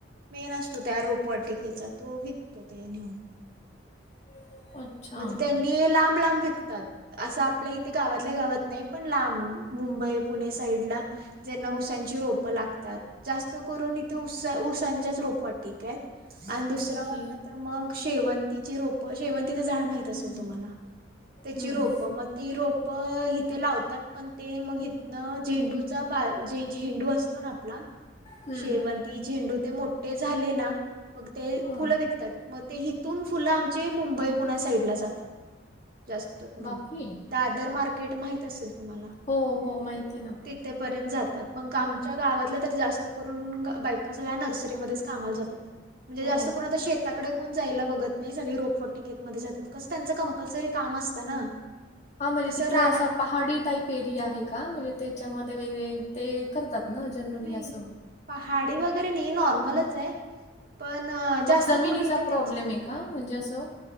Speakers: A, on the right; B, on the left.
A: मेन असतो त्या रोपवाटिकेचा तो विकतो. ते नेउन
B: <inaudible> अच्छा
A: म्हणजे त्यांनी लांब, लांब विकतात. असं आपल्या इथे गावातल्या गावात नाही, पण लांब मुंबई, पुणे साईडला. ज्यांना ऊसांची रोपं लागतात. जास्त करून इथं ऊसा ऊसांच्याच रोपवाटीका आहेत. आणि दुसरं
B: ओके
A: म्हटलं, तर मग शेवंतीची रोप. शेवंतीच झाड माहित त असेल
B: हम्म
A: तुम्हाला. त्याची
B: हम्म
A: रोप मग ते रोप इथे लावतात. पण ते मग इथनं झेंडूचा बाग, जे झेंडू असतो ना आप ना
B: हम्म
A: शेवंती, झेंडू ते मोठे झाले ना, मग ते
B: हो
A: फुलं विकतात. मग ते ह इथून फुलं आमची, मुंबई पुणा साईड ला जातात जास्त करून.
B: बापरे
A: दादर मार्केट माहीत असेल तुम्हाला?
B: हो हो माहिती ना.
A: तिथेपर्यंत जातात. मग आमच्या गावातल्या, तर जास्त करून बायका सगळ्या नर्सरीमध्येच कामाला जातात. म्हणजे
B: हो
A: जास्त करून आता शेताकडे कोण जायला बघत नाही, सगळे रोपवाटिकेत मध्ये जातात. कसं त्यांचं कंपल्सरी काम असतं ना.
B: हा म्हणजे
A: तसं
B: तिथे
A: राहणार
B: असं पहाडी टाईप एरिया आहे का? म्हणजे त्याच्यामध्ये वगळे ते करतात ना जनरली
A: नाही
B: असं.
A: पहाडी वगैरे नाही नॉर्मलच आहे. पण
B: मग
A: जास्त
B: जमिनीचा
A: करून येतं
B: प्रॉब्लेम
A: त्याची <inaudible>
B: आहे का म्हणजे असं